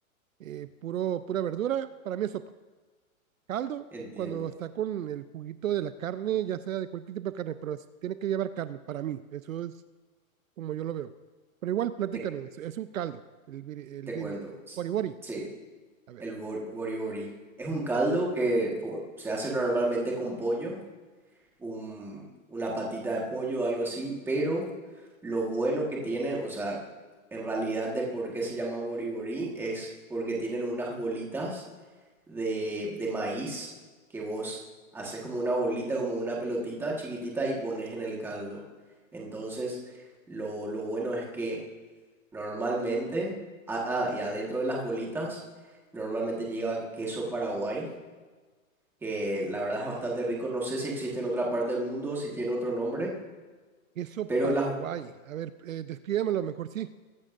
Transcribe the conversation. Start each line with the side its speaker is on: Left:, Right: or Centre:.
Right: eh, puro, pura verdura, para mí es sopa. Caldo,
Centre: Entiendo,
Right: cuando está con el juguito de la carne, ya sea de cualquier tipo de carne, pero es- tiene que llevar carne, para mí, eso es como yo lo veo. Pero igual, platícame,
Centre: te,
Right: es, es un caldo, el biri, el
Centre: te
Right: biri,
Centre: cuento. S-
Right: bori bori,
Centre: Sí,
Right: a ver.
Centre: el bo- bori bori. Es un caldo que po- se hace normalmente con pollo, un- una patita de pollo, algo así, pero lo bueno que tiene, o sea, en realidad de por qué se llama bori bori es porque tienen unas bolitas de, de maíz que vos haces como una bolita, como una pelotita chiquitita y pones en el caldo. Entonces, lo, lo bueno es que Normalmente, ah, ah, y adentro de las bolitas, normalmente llevan queso Paraguay, que la verdad es bastante rico. No sé si existe en otra parte del mundo o si tiene otro nombre,
Right: Queso
Centre: pero
Right: Paraguay,
Centre: las,
Right: a ver, eh, descríbamelo mejor, sí.